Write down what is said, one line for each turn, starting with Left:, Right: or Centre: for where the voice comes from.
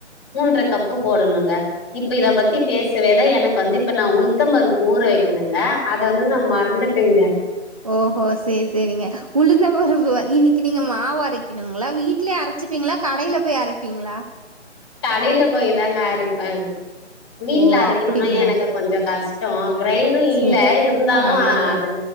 Left: மூன்ற கப்பு போடணுங்க இப்ப இத பத்தி பேசவேதா எனக்கு வந்து இப்ப நன் உளுதம்பருப்பு ஊற வைக்கணுங்க அத வந்து நா மறந்துட்டேங்க
Right: ஓஹோ செரி செரிங்க உளுந்த பருப்பு வ இன்னிக்கு நீங்க மாவு அரைக்கணுங்களா வீட்லே அரச்சிப்பீங்களா கடையில போய் அரைப்பீங்களா
Left: கடையில போய்தாங்க அரைப்பே வீட்ல
Right: ஓ!
Left: அரைக்கணுன்னா
Right: அப்படிங்களா?
Left: எனக்க கொஞ்ச கஷ்டோ கிரைண்டரு இல்ல
Right: சரி.
Left: இருந்தாலு
Right: ஆமாங்க.
Left: அது